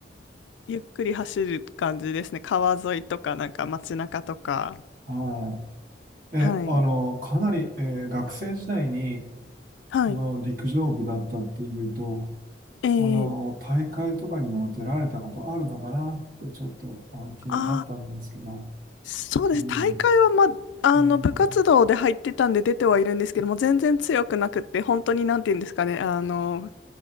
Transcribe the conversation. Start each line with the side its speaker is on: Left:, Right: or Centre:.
Left: ゆっくり走る感じですね。川沿いとか、なんか街中とか。
Right: はい。え、
Left: はい。
Right: あの、かなり、えー学生時代に、
Left: はい。
Right: あの、陸上部だったっていうと、
Left: えー、
Right: あの、大会とかにも出られたことあるのかなってちょっとあの気になったんですけど、
Left: あー、そうです。
Right: うん。
Left: 大会は、ま、あの、
Right: うん、
Left: 部活動で入ってたんで出てはいるんですけども、全然強くなくって、本当になんて言うんですかね、あの、